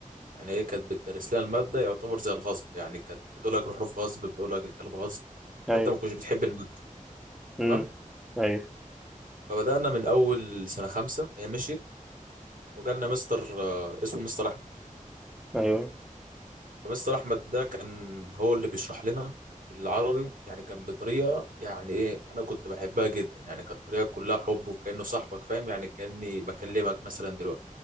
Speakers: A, on the right; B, in the centre.
A: يعني هي كانت بتدرس لنا المادة يعتبر زي الغصب يعني كانت بتقول لك الحروف غصب بتقول لك الكلام غصب
B: ايوه
A: فانت ما كنتش بتحب المادة تمام
B: امم ايوه
A: فبدأنا من اول سنة خمسة هي مشيت وجالنا مستر آه، اسمه مستر احمد
B: ايوه
A: فمستر احمد ده كان هو اللي بيشرح لنا العربي يعني كان بطريقه يعني ايه انا كنت بحبها جدا يعني كانت طريقه كلها حب وكانه صاحبك فاهم يعني كاني بكلمك مثلا دلوقتي